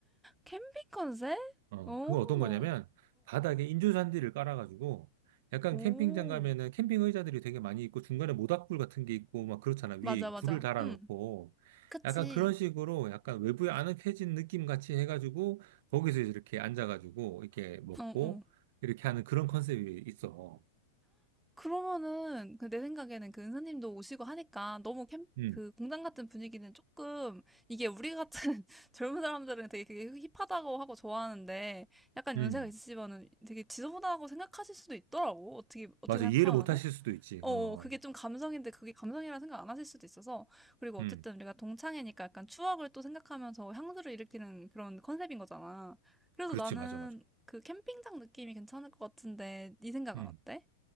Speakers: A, in the centre; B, on the right.
A: 캠핑 컨셉?
B: 어,
A: 오,
B: 그건 어떤 거냐면
A: 오
B: 바닥에 인조잔디를 깔아가지고 약간
A: 오,
B: 캠핑장 가면은 캠핑 의자들이 되게 많이 있고 중간에 모닥불 같은 게 있고 막 그렇잖아. 위에
A: 맞아, 맞아.
B: 불을 달아놓고
A: 음, 그치.
B: 약간 그런 식으로 약간 외부에 아늑해진 느낌 같이 해가지고 거기서 이제 이렇게 앉아가지고 이렇게 먹고
A: 어, 어.
B: 이렇게 하는 그런 컨셉이 있어.
A: 그러면은 그 내 생각에는 그 은사님도 오시고 하니까 너무 캠,
B: 음,
A: 그 공장 같은 분위기는 조금 이게 우리 같은 <laughs> 젊은 사람들은 되게 그게 힙하다고 하고 좋아하는데 약간
B: 음,
A: 연세가 있으시면은 되게 지저분하다고 생각하실 수도 있더라고. 어떻게 어떻게
B: 맞아.
A: 생각하면은.
B: 이해를 못 하실 수도 있지.
A: 어,
B: 어,
A: 어, 그게 좀 감성인데 그게 감성이라 생각 안 하실 수도 있어서 그리고 어쨌든
B: 음,
A: 우리가 동창회니까 약간 추억을 또 생각하면서 향수를 일으키는 그런 컨셉인 거잖아. 그래서
B: 그렇지.
A: 나는
B: 맞아, 맞아.
A: 그 캠핑장 느낌이 괜찮을 것 같은데 네 생각은
B: 음.
A: 어때?